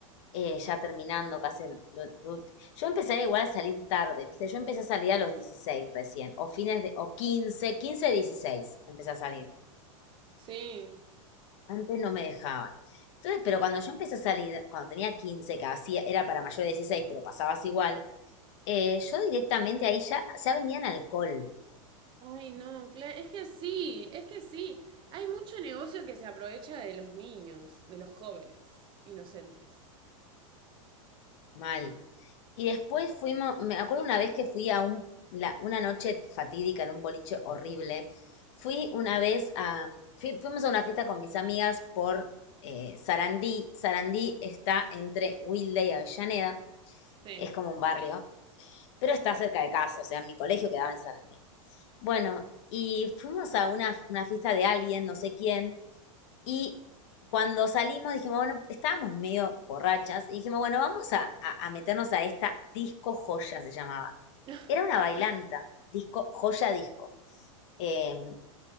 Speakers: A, on the left; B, on the right.
A: eh, ya terminando casi. lo- lo yo empecé igual a salir tarde, ¿viste? Yo empecé a salir a los 16 recién, o fines de, o 15 15 16 empecé a salir.
B: Sí.
A: Antes no me dejaban. Entonces, pero cuando yo empecé a salir, cuando tenía 15 que hacía, era para mayor de 16 pero pasabas igual, eh, yo directamente ahí ya, ya vendían alcohol,
B: Ay, no, claro. Es que sí, es que sí. Hay mucho negocio que se aprovecha de los niños, de los jóvenes, inocentes.
A: mal. Y después fuimos, me acuerdo una vez que fui a un, la- una noche fatídica en un boliche horrible. Fui una vez a, fui- fuimos a una fiesta con mis amigas por eh, Sarandí. Sarandí está entre Wilde y Avellaneda,
B: Sí.
A: es como un barrio, pero está cerca de casa, o sea, mi colegio quedaba en Sarandí. Bueno, y fuimos a una, una fiesta de alguien, no sé quién, y cuando salimos dijimos, bueno, estábamos medio borrachas y dijimos, bueno, vamos a, a- a meternos a esta disco joya, se llamaba.
B: <laughs>
A: Era una bailanta, disco, joya disco. Eh,